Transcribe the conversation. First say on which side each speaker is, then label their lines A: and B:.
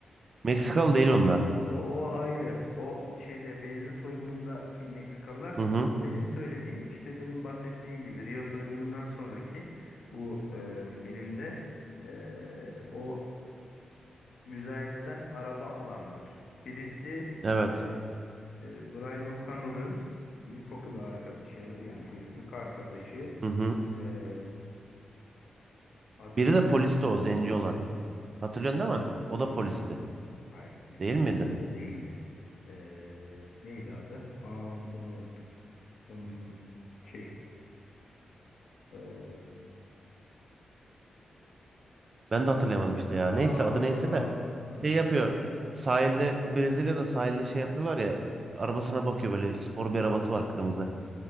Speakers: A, on the right; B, on the left.
A: Meksikalı değil onlar.
B: O, o ayrı. O şeyde benzin soygunundaki Meksikalılar
A: Hı hı.
B: senin söylediğin işte benim bahsettiğim gibi Rio soygunundan sonraki bu e, filmde e, o müzayededen araba alanlar. Birisi
A: Evet.
B: e, Brian O'Connor'ın ilkokulu arkadaşı yani çocukluk arkadaşı
A: Hı hı.
B: e, adını
A: Biri de polisti o zenci olan. Hatırlıyorsun değil mi? O da polisti.
B: hayır Hayır polis
A: Değil
B: değildi.
A: miydi?
B: Değildi. Ee, neydi adı? Aa adını unuttum. Hmm, şey. ee,
A: Ben de hatırlayamadım işte ya. Neyse
B: Allah
A: adı neyse de
B: Allah.
A: şey yapıyor. Sahilde Brezilya'da sahilde şey yapıyorlar ya. Arabasına bakıyor böyle spor bir arabası var kırmızı.